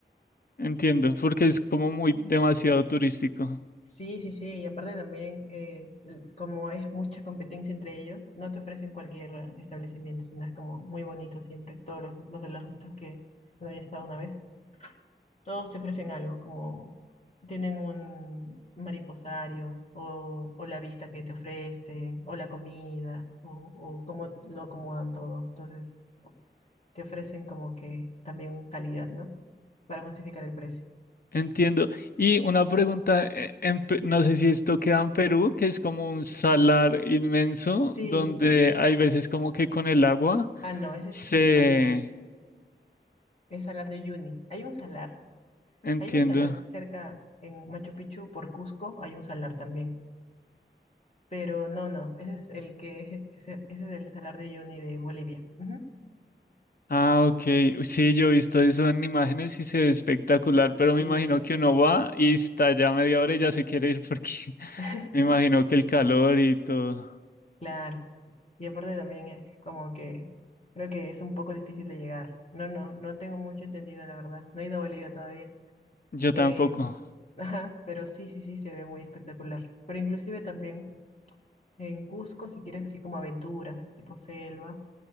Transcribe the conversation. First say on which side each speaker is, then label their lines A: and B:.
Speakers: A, on the left; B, on the left.
A: Entiendo, porque es como muy demasiado turístico.
B: Sí, sí, sí, y aparte también, eh, l- como es mucha competencia entre ellos, no te ofrecen cualquier eh, establecimiento, sino es como muy bonito siempre, todos los, los alojamientos que bueno, ya estado una vez, todos te ofrecen algo, como tienen un mariposario, o, o la vista que te ofrecen, o la comida, o, o cómo lo acomodan todo, entonces te ofrecen como que también calidad, ¿no? Para justificar el precio.
A: Entiendo. Y una pregunta, eh, en Pe- no sé si esto queda en Perú, que es como un salar inmenso,
B: Sí,
A: donde hay veces como que con el agua
B: ah, no, ese
A: se...
B: es Bolivia. El salar de Uyuni. Hay un salar,
A: Entiendo.
B: hay un salar cerca en Machu Picchu por Cusco, hay un salar también. Pero no, no, ese es el que, <laughs> ese, ese es el salar de Uyuni de Bolivia. Ujú.
A: Ah, ok. Uy, Sí, yo he visto eso en imágenes y se ve espectacular,
B: Sí,
A: pero me imagino que uno va y está ya media hora y ya se quiere ir porque <laughs>
B: <laughs>
A: me imagino que el calor y todo.
B: claro. Y aparte también es como que creo que es un poco difícil de llegar. No, no, no tengo mucho entendido, la verdad. No he ido a Bolivia todavía.
A: Yo
B: Eh,
A: tampoco.
B: ajá, pero sí, sí, sí, se ve muy espectacular. Pero inclusive también en Cusco, si quieres así como aventuras, así tipo selva.